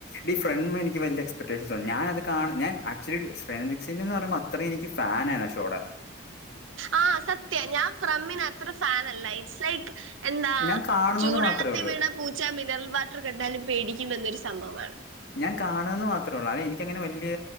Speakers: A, on the left; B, on the right.
A: ഡി ഫ്രമ് എനിക്ക് വലിയ എക്സ്പെടേഷൻസ് ഞാനത് കാണും ഞാൻ ആക്ച്വലി്ഫാൻനിസിൻന്ന് പറയുമ്പോ അത്ര എനി കി ഫാനാ ആ ഷോട
B: ആ സത്യാ ഞാൻ ഫ്രമ്മിന് അത്ര ഫാൻ അല്ല ഇറ്സ് ലൈക്‌ എന്താ
A: ഞാൻ കാണുന്നുന്ന്
B: ചൂടള്ളത്തിൽ
A: മാത്രമേ ഉള്ളൂ
B: വീണ പൂച്ച മിനറൽ വാട്ടർ കണ്ടാലും പേടിക്കും എന്നൊരു സംഭവമാണ്
A: ഞാൻ കാണ അത്ര ഉള്ള അത് എനിക്കങ്ങനെ വല്ല്യ